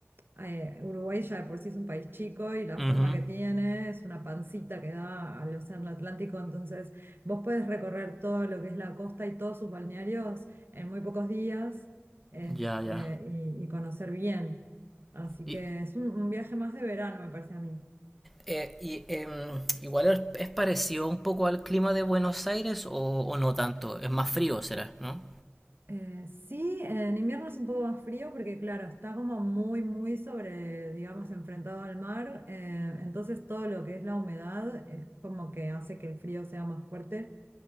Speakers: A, on the right; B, in the centre.
A: eh, Uruguay ya de por sí es un país chico y la
B: Ujú.
A: forma que tiene es una pancita que da al Océano Atlántico, entonces vos podés recorrer todo lo que es la costa y todos sus balnearios en muy pocos días este,
B: Ya, ya.
A: y, y conocer bien. Así
B: Y,
A: que es un, un viaje más de verano, me parece a mí.
B: eh, y, em, igual es, es parecido un poco al clima de Buenos Aires o, o no tanto. Es más frío, será, ¿no?
A: Eh, sí, en invierno es un poco más frío porque, claro, está como muy, muy sobre, digamos, enfrentado al mar. eh, entonces todo lo que es la humedad es como que hace que el frío sea más fuerte.